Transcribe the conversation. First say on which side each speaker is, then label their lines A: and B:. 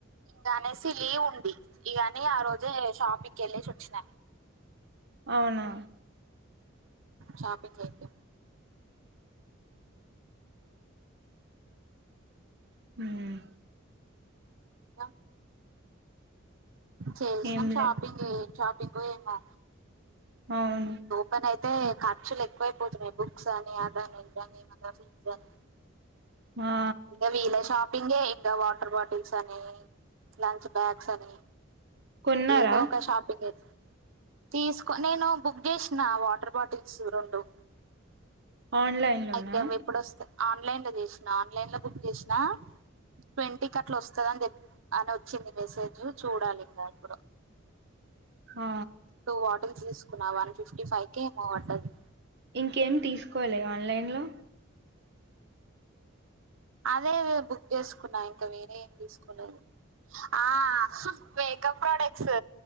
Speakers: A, on the right; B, on the right.
A: ఇంక అనేసి లీవ్ ఉంది ఇ అని ఆ రోజే షాపికి ఎల్లెసి వచ్చిన
B: అవునా
A: షాపింగ్ అయితే
B: ఉమ్మ్
A: ఇంకా చేసినం
B: ఏం
A: షాపింగ్
B: లే
A: ఎ ఏం షాపింగో ఏమో
B: అవును
A: పన అయితే ఖర్చులు ఎక్కువయిపోతున్నాయి బుక్స్ అని అదని ఇదని మల్ల ఫీజ్ అని
B: ఆ
A: ఇగవీల్ల షాప్ ప్పింగే ఇంగ వాటర్ బాటిల్స్ అని లంచ్ బాక్స్ అని
B: కొన్నారా
A: ఏదో ఒక షాపింగ్ అయితుం తీసుకో నేను బుక్ చేసిన వాటర్బాటిల్స్ రొండు
B: ఆన్లైన్ లోనా
A: అయితే అవి ఎప్పుడో స్తా ఆన్లైన్లో చేసినా ఆన్లైన్ లో బుక్ చేసినా ట్వంటి కట్ల వస్తదని చెప్ప అని అచ్చింది మెసేజ్ చూడాలి ఇంగ ఎప్పుడో
B: ఆ
A: టూ బాటిల్స్ తీసుకున్నా వన్ ఫిఫ్టీ ఫైవ్ కే ఏమో వడ్డది
B: ఇంకేం తీసుకోలె ఆన్లైన్లో
A: అదే బుక్ చేసుకున్నా ఇంక వేరే ఏం తీసుకోలేదు ఆ మేకప్ ప్రోడక్ట్స్